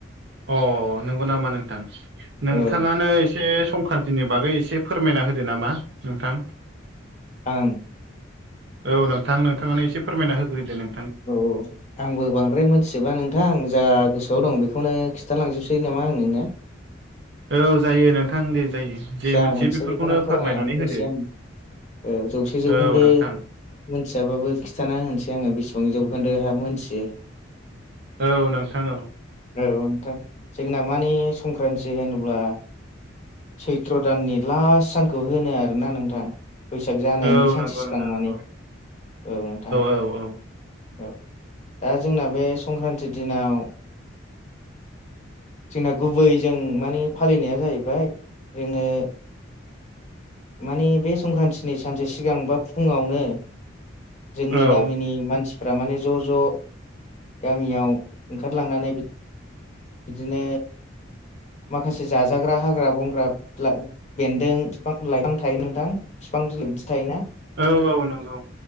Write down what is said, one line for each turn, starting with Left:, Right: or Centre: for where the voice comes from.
Right: अ नंगौ नामा नोंथां नोंथाङानो
Left: औ
Right: एसे संक्रान्तिनि बागै एसे फोरमायना होदो नामा नोंथां
Left: आं
Right: औ नोंथां नोंथाङानो एसे फोरमायना होग्रोदो नों
Left: औ आंबो बांद्राय मोनथिजोबा नोंथां। आं जा गोसोआव दं बेखौनो खिन्थालांजोबसै नामा आं नोंनो
Right: औ जायो नोंथां दे जायो जे
Left: जा
Right: मोनथि
Left: मोनसे
Right: बेफोरखौनो
Left: बेखौनो
Right: फोरमायनानै
Left: होनोसै
Right: होदो।
Left: आं औ जौसे जौखोन्दो
Right: औ नोंथां
Left: मोनथियाबाबो खिथाना होनोसै आंङो बेसेबां जौखोन्दो हा मोनथियो।
Right: औ नोंथां औ
Left: औ नोंथां जोंना मानि संक्रान्ति होनोब्ला सैथ्र' दाननि लास्ट सानखौ होनो आरोना नोंथां बैसाग जानायनि
Right: औ
Left: सान्से
Right: नंगौ
Left: सिगां
Right: नोंथां
Left: माने
Right: नंगौ
Left: औ नोंथां।
Right: औ औ
Left: औ दा जोंना बे संक्रान्ति दिनाव जोंना गुबैजों माने फालिनाया जाहैबाय जोंङो माने बे संक्रान्तिनि सानसे सिगां बा फुङावनो जोंनि
Right: औ
Left: गामिनि मानसिफ माने ज' ज' गामियाव ओंखारलांनानै बिदिनो माखासे जाजाग्रा हाग्रा बंग्रा ला बेन्दों बिफां लाइफां थायो नोंथां बिफां बिलाइ बिदि थायोना
Right: औ औ नंगौ